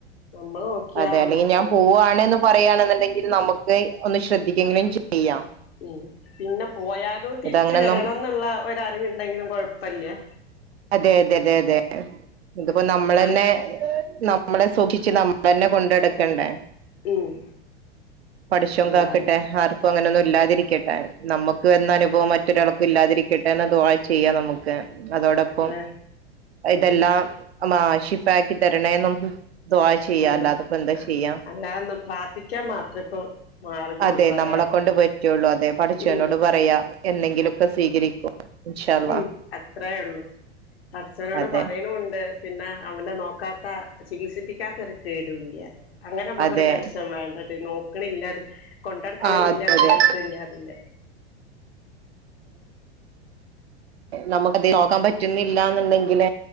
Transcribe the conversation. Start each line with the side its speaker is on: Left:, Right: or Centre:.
Left: നമ്മള് നോക്കിയാ
Right: അതേ അല്ലേ
Left: അമ്മക്ക്
Right: ഞാൻ പോ പോവാണ്ന്ന് പറയുകയാണെന്നുണ്ടെങ്കിൽ നമുക്ക് ഒന്ന് ശ്രദ്ധിക്കങ്കിലും ചെയ്യാം
Left: ഉം പിന്നെ പോയാലും തിരിച്ച്
Right: ഇത് അങ്ങനൊന്നും
Left: വരണംന്നുള്ള ഒര് അറിവുണ്ടെങ്കിലും കൊഴപ്പല്ല
Right: അതെ അതെ അതെ അതെ ഇതിപ്പോ
Left: അങ്ങനൊന്നും
Right: നമ്മൾ
Left: ഞാന്
Right: തന്നെ ന നമ്മളെ സൂക്ഷിച്ച് നമ്മൾ തന്നെ കൊണ്ട് നടക്കണ്ടേ
Left: ഉം
Right: പടച്ചോൻ
Left: എല്ലാരും
Right: കാക്കട്ടെ ആർ ക്കും അങ്ങനെന്നും ഇല്ലാതിരിക്കട്ടെ നമുക്ക് വന്ന അനുഭവം മറ്റൊരാൾക്കും ഇല്ലാതിരിക്കട്ടെ എന്ന ദു ആ ചെയ്യാം നമുക്ക് അതോടൊപ്പം
Left: അത്ര
Right: ഇതെല്ലാം
Left: ഉം
Right: ആഷിക്കാക്കി തരണേന്നും ദുആ ചെയ്യാം
Left: നമ്മ
Right: അല്ലാതപ്പോ എന്താ ചെയ്യാം
Left: അല്ലാതൊന്ന് പ്രാർത്ഥിക്കാൻ മാത്രേ ഇപ്പോ മാർഗൊള്ളൂ
Right: അതെ നമ്മളളെ-
Left: വേറെ
Right: കൊണ്ട് പറ്റുള്ളൂ അതെ പടച്ചോനോട്
Left: ഉം
Right: പറയാ എന്തെങ്കിലുമൊക്കെ സ്വീകരിക്കും ഇൻഷാ അള്ളാ
Left: ഉം അത്രയേ ഉള്ളൂ പടച്ചവനോട്
Right: അതെ
Left: പറയണുണ്ട് പിന്നെ അവനെ നോക്കാത്ത ചികിത്സിപ്പിക്കാത്ത ഒരു കേടുവില്ല അങ്ങനെ നമ്മക്കൊരു
Right: അതെ
Left: ടെൻഷൻ വേണ്ട ട്ടൊ നോക്കാനില്ല കൊണ്ട് നടക്കണില്ല
Right: ആ അതെ അതെ
Left: ഒരു ഇതില്ല അതില്ല ആ
Right: നമമക്ക് അതി നോക്കാൻ പറ്റുന്നില്ല എന്നുണ്ടെങ്കിൽ